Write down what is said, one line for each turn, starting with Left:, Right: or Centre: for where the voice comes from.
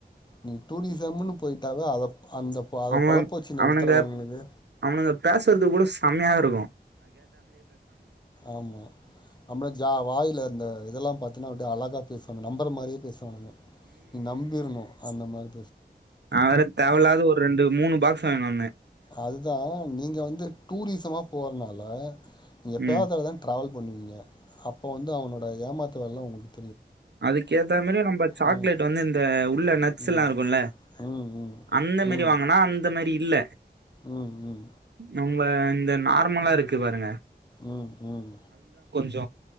Left: நீ டூரிஸ் சம் போயிட்டே அத அந்த அத
Right: அவன
Left: பொழப்ப வச்சு நடத்துறவங்களுக்கு
Right: அவனுங்க அவனுங்க பேசுறது கூட செம்மையா இருக்கோ
Left: ஆமா அமா <inaudible> ஜா வாயில இருந் இதல்லா பா <inaudible> அப்படியடி அழகா பேசுவாங்க நம்பர மாதியே பேசு நீ நம்பிருணும் அந்த மாதிரி
Right: நாவேற தேவலாத ஒரு ரெண்டு மூணு பாக்ஸ் வாங்கனுவந்தேன்
Left: அதுதா நீங்க வந்து டுரிசமா போறனால நீங்க எப்பாவதுடதா
Right: ம்
Left: டிராவல் பண்ணுவீங்க அப்ப வந்து அவ உங்கள ஏமாத்துவ <inaudible>
Right: அதுக்கு ஏத்த மாரி நம்ம சாக்லேட்
Left: ம்
Right: வந்து இந்த உள்ள நட்ஸ்
Left: ம்
Right: எல்லா இருக்குல்ல
Left: ம் ம்
Right: அந்த மாரி
Left: ம்
Right: வாங்கனா அந்த மாரி இல்ல
Left: ம் ம்
Right: நம்ப இந்த நார்மலா இருக் கு பாருங்க
Left: உம் உம்
Right: ஜ